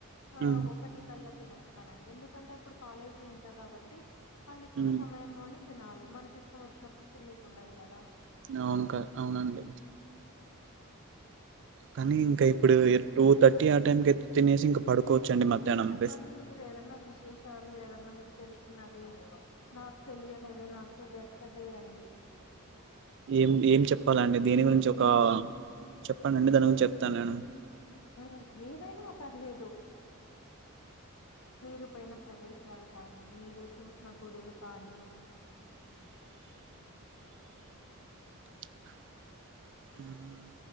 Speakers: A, on the left; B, on the right.
A: ఆ
B: ఉమ్
A: ఒకటి కల్ళ తినేస్తానండి ఎందుకంటే అప్పుడు కాలేజీలో ఉంటా కాబట్టి వాళ్ళు ఇచ్చిన
B: ఉమ్
A: సమయంలోనే తినాలి మనకి ఇష్టం వచ్చినప్పుడు తినీకి ఉండదు కదా
B: అవునుకాద్ అవునండి కానీ ఇంకా ఇప్పుడు టూ థర్టీ ఆ టైం కయితే తినేసి ఇంకా పడుకోవచ్చండి
A: ఇంకేమన్నా
B: మధ్యాహ్నం
A: చెప్పండి
B: బెస్ట్
A: మీరు ఏదన్నా విశేషాలు ఏదన్నా మీ తెలిసినవి నాకు తెలియనివి నాకు వ్యక్త చేయండి
B: ఏం ఏం చెప్ ప్పాలండి దీని గురించి ఒక చెప్పనండి దాని గురించి చెప్తా నేను
A: మ్మ్ ఏదైనా పర్లేదు మీరు పోయిన ప్రదేశాలు కానీ మీరు చూసిన గుడులు కానీ
B: <inaudible> ఆ <inaudible>